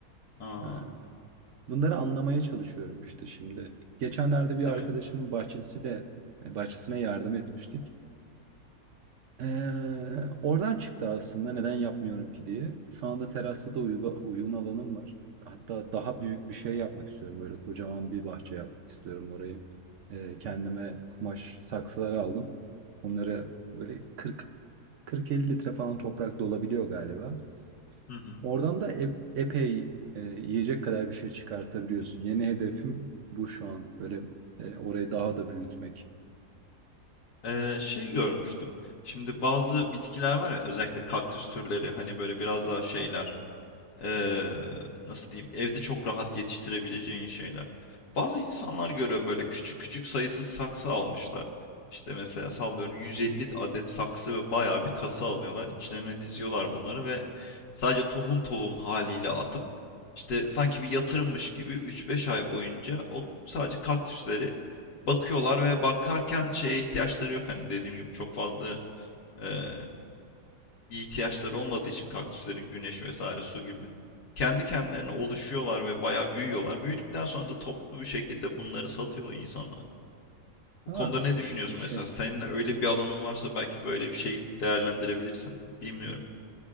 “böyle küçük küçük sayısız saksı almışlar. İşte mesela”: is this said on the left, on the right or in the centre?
Left